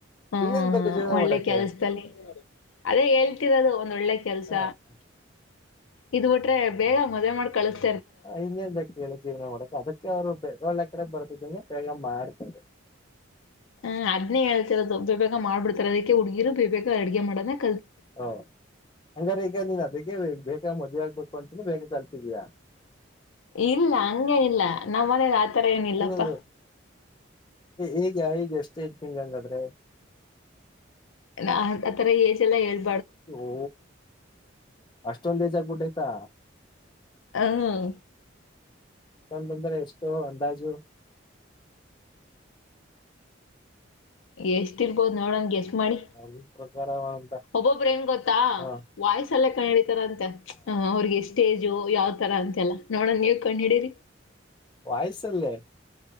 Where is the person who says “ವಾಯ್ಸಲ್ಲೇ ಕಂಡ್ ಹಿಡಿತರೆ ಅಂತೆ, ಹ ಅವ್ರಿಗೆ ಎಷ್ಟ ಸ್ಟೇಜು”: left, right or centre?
Left